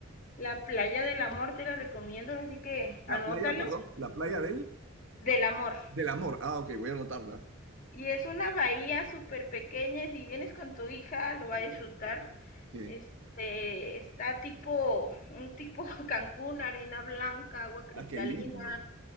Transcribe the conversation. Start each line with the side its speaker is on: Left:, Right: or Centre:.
Left: la Playa del Amor, te la recomiendo, así que
Right: La
Left: anótalo,
Right: playa, perdón, la playa del,
Left: del amor.
Right: del amor. Ah, ok, voy a anotarla.
Left: Y es una bahía súper pequeña, y si vienes con tu hija lo va
Right: Sí,
Left: a disfrutar.
Right: sí.
Left: Este, está tipo, un tipo <laughs> Cancún, arena blanca, agua cristalina,
Right: Ah, qué lindo.